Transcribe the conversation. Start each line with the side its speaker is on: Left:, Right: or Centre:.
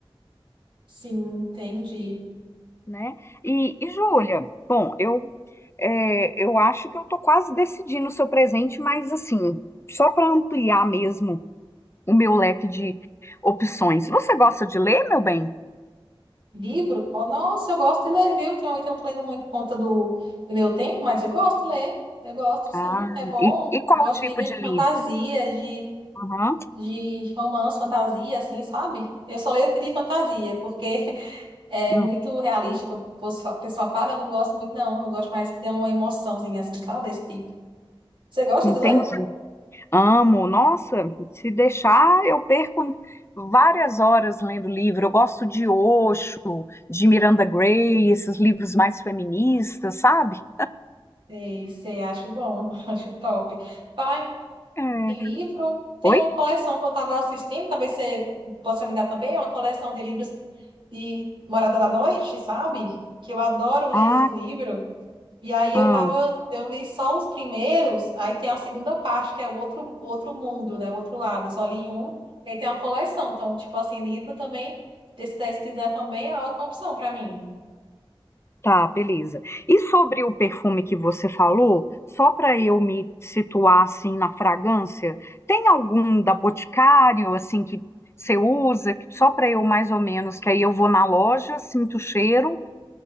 Right: Sim, entendi.
Left: né? E, e Júlia, bom, eu É, eu acho que eu tô quase decidindo o seu presente, mas assim, só para ampliar mesmo o meu leque de opções. Você gosta de ler, meu bem?
Right: Livro? Oh, nossa, eu gosto de ler, viu? Ultimamente eu não tô lendo muito por conta do, do meu tempo, mas eu gosto de ler. Eu gosto, sim,
Left: Ah,
Right: é bom.
Left: e, e
Right: Eu
Left: qual
Right: gosto de
Left: tipo
Right: livros de
Left: de
Right: fantasia,
Left: livro?
Right: de,
Left: Aham,
Right: de romance, fantasia, assim, sabe? Eu só leio de fantasia, porque <laughs> é
Left: hum,
Right: muito realista, como o pessoal o pessoal fala, eu não gosto muito, não. Eu gosto mais que tenha uma emoçãozinha, assim, sabe? Desse tipo. Você gosta
Left: entendi.
Right: de ler?
Left: Amo. Nossa, se deixar, eu perco várias horas lendo livro. Eu gosto de Osho, de Miranda Gray, esses livros mais feministas, sabe?
Right: Sei, sei, acho bom, <laughs> acho top. Fala,
Left: É,
Right: Que livro? Tem
Left: Oi?
Right: uma coleção que eu estava assistindo, talvez você possa me dar também, é uma coleção de livros de Morada da Noite, sabe? Que eu adoro ler
Left: Ah,
Right: esse livro. E aí
Left: hum.
Right: eu tava, eu li só os primeiros, aí tem a segunda parte, que é o outro, outro mundo, né? O outro lado. Eu só li um, e aí tem uma coleção. Então, tipo assim, livro também, desses daí, se quiser também, é outra opção para mim.
Left: Tá, beleza. E sobre o perfume que você falou, só para eu me situar assim na fragrância, tem algum da Boticário assim que você usa, que- só para eu mais ou menos, que aí eu vou na loja, sinto o cheiro,